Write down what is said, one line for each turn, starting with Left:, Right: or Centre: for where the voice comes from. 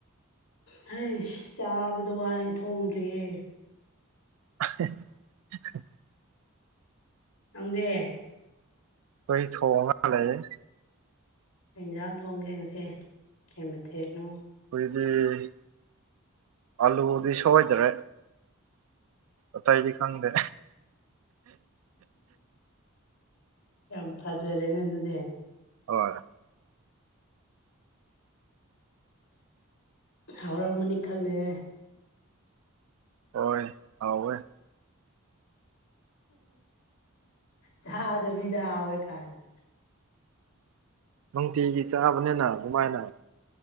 Left: ꯍꯩꯁ ꯆꯥꯕꯗꯣ ꯋꯥꯂꯤ ꯊꯣꯡꯗ꯭ꯔꯤꯌꯦ
Right: <inaudible>
Left: ꯅꯪꯗꯤ
Right: ꯑꯩ ꯊꯣꯡꯉꯒ ꯂꯩ
Left: ꯀꯩ ꯏꯟꯖꯥꯡ ꯊꯣꯡꯒꯦ ꯉꯁꯤ ꯀꯩ ꯃꯊꯦꯜꯅꯣ
Right: ꯑꯩꯈꯣꯏꯗꯤ ꯑꯂꯨꯗꯤ ꯁꯣꯏꯗ꯭ꯔꯦ ꯑꯇꯩꯗꯤ ꯈꯪꯗꯦ
Left: ꯌꯥꯝ ꯐꯖꯔꯦꯅꯦ ꯑꯗꯨꯗꯤ
Right: ꯍꯣꯏ
Left: ꯍꯥꯎꯔꯝꯃꯅꯤ ꯈꯜꯂꯦ
Right: ꯍꯣꯏ ꯍꯥꯎꯋꯦ
Left: ꯆꯥꯗꯕꯤꯗ ꯍꯥꯎꯋꯦ ꯀꯥꯏꯅ
Right: ꯅꯨꯡꯇꯤꯒꯤ ꯆꯥꯕꯅꯤꯅ ꯑꯗꯨꯃꯥꯏꯅ